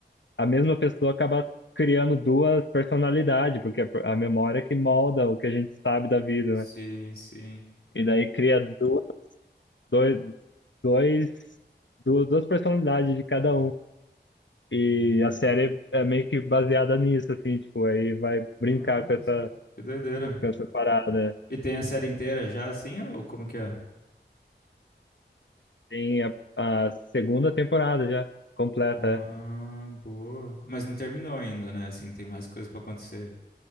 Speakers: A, on the left; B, on the left.
A: a mesma pessoa acaba criando duas personalidades, porque a a memória é que molda o que a gente sabe da vida,
B: Sim,
A: né?
B: sim.
A: E daí cria duas, dois, dois, duas, duas personalidades de cada um. E a série é meio que baseada nisso, assim, tipo, aí vai
B: Nossa,
A: brincar com essa,
B: que doideira.
A: com essa parada.
B: E tem a série inteira já, assim, ou como que é?
A: Tem a, a segunda temporada já completa.
B: Ah, boa. Mas não terminou ainda, né? Assim, tem mais coisa pra acontecer.